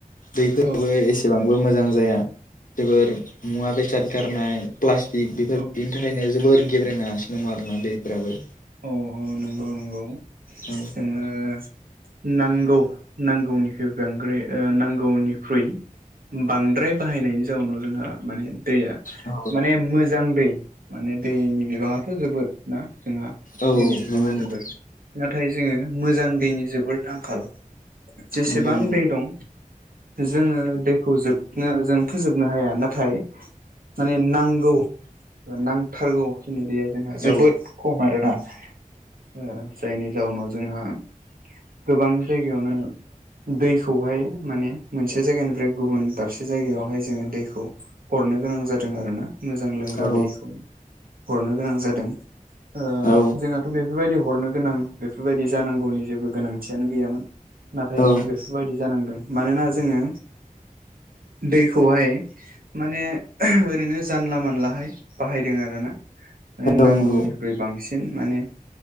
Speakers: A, on the left; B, on the right.
A: दैफोराबो
B: औ
A: एसेबांबो मोजां जाया जोबोर मुवा बेसाद गारनाय प्लास्टिक बेफोर
B: औ
A: दिनि थाखायनो जोबोर गेब्रेेना सिनो दङ आरोना दैफ्राबो।
B: औ औ नंगौ नंगौ
A: औ
B: जोङो नांगौ नांगौनिखुइ बांग्राय ओ नांगौनिख्रुइ बांद्राय बाहायनायनि जाउनाव जोंहा माने दैया
A: औ
B: माने मोजां दै माने दैनि बिबाङाथ' जोबोद ना जोंहा दैनि
A: औ
B: बिबाङा
A: नंगौ नंगौ
B: जोबोद ओ थाय जोङो मोजां दैनि जोबोर आंखाल जेसेबां
A: नंगौ नंगौ
B: दै दं। जोङो दैखौ जोबनो जों फोजोबनो हाया नाथाय माने नांगौ नांथारगौखिनि दैया जोंहा जोबोद
A: औ
B: खम आरोना ओ जायनि जाउनाव जोंहा गोबां जायगायावनो दैखौहाय माने मोनसे जायगानिफ्राय गुबुन दाबसे जायगायावहाय जोङो दैखौ हरन नो गोनां जादों आरो ना मोजां लोंग्रा
A: औ
B: दैखौ हरनो गोनां जादों। ओ
A: औ
B: दाथ' बेफोरबायदि हरनो गोनां बेफोरबायदि जानांगौनि जेबो गोनांथियानो गैयामोन। नाथाय
A: औ
B: जों बेफोरबायदि जानांदों मानोना जोङो दैखौहाय माने ओरैनो जानला मानलाहाय बाहायदों आर ना। माने नांगौनिख्रुइ
A: औ नंगौ
B: बांसिन माने